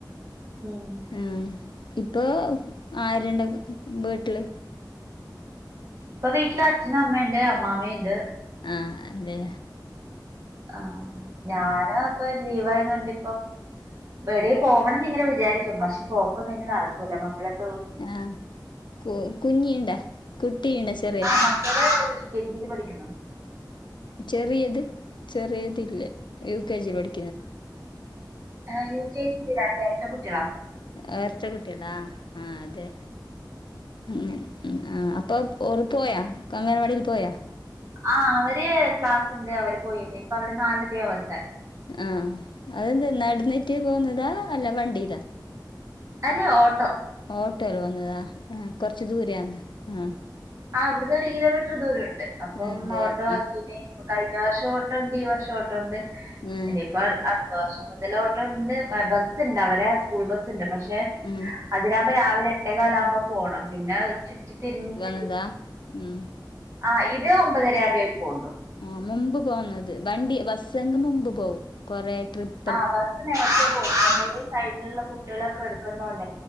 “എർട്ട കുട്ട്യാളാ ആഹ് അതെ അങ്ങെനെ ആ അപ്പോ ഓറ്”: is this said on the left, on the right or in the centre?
Left